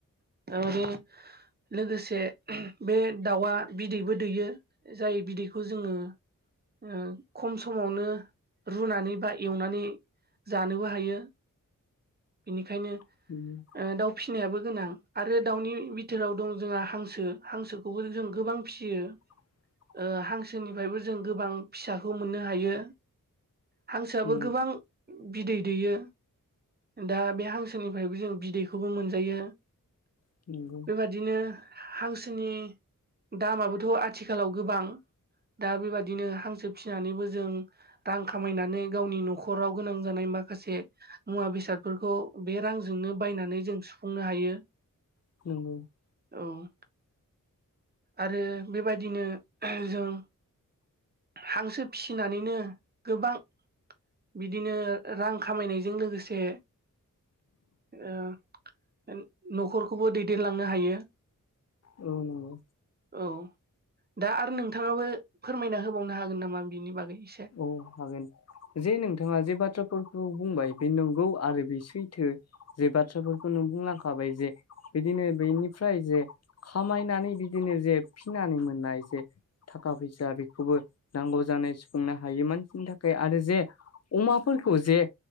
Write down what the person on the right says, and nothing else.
आरो लोगोसे बे दाउआ बिदैबो दैयो। जाय बिदैखौ जोङो ओ खम समावनो रुनानै बा एवनानै जानोबो हायो बेनिखायनो
ओ दाउ फिनायाबो गोनां आरो दाउनि बिथोराव दं जोंहा हांसो हांसोखौबो जों गोबां फिसियो।
ओ हांसोनिफ्रायबो जों गोबां फिसाखौ मोननो हायो। हांसोआबो
गोबां बिदै दैयो दा बे हांसोनिफ्रायबो जों बिदै खौबो मोनजायो।
बेबादिनो हांसोनि दामाबोथ' आथिखालाव गोबां दा बेबादिनो हांसो फिसिनानैबो जों रां खामायनानै गावनि न'खराव गोनां जानाय माखासे मुवा बेसादफोरखौ बे रांजोंनो बायनानै जों सुफुंनो हायो।
औ आरो बेबायदिनो जों हांसो फिसिनानैनो गोबां बिदिनो रां खामायनायजों लोगोसे ओ न'खरखौबो दैदेनलांनो हायो।
औ दा आरो नोंथाङाबो फोरमायना होबावनो हागोन नामा बिनि बागै एसे?